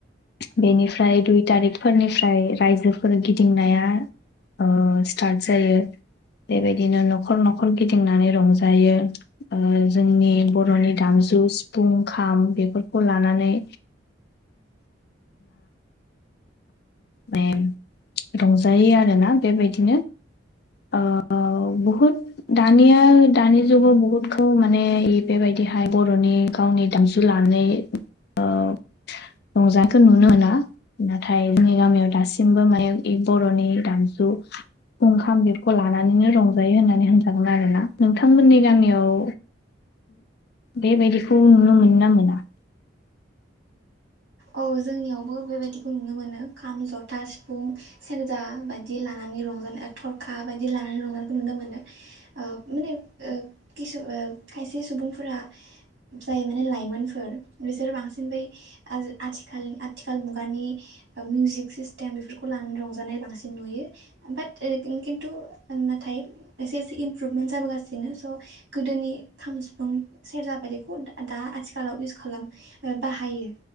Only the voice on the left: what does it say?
बेनिफ्राय
दुइ तारिखफोरनिफ्राय रायजोफोर गिदिंनाया ओ स्टार्ट जायो बेबायदिनो न'खर-न'खर गिदिंनानै रंजायो। ओ जोंनि बर'नि दामजु सिफुं, खाम बेफोरखौ लानानै माने रंजायो आरोना बेबायदिनो औ औ। औ बहुत दानिया दानि जुगाव बुहुदखौ माने बेबायदिहाय बर'नि गावनि दामजु लानानै ओ रंजानायखौ नुनो मोना नाथाय जोंनि गामियाव दासिमबो माने बर'नि दामजु खाम बेखौ लानानैनो रंजायो होननानै होनजागोन आरो ना नोंथांमोननि गामियाव बेबायदिखौ नुनो मोनो ना मोना?